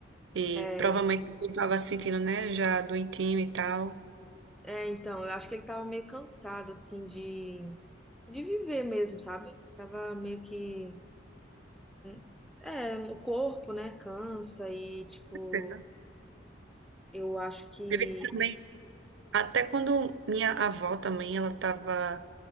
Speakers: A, on the right; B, in the centre.
A: E
B: É,
A: provavelmente ele estava se sentindo, né, já doentinho e tal.
B: é, então, eu acho que ele tava meio cansado, assim, de, de viver mesmo, sabe? Tava meio que. hum, É, o corpo, né, cansa e, tipo,
A: Certeza.
B: eu acho que.
A: Teve também. Até quando minha avó também, ela estava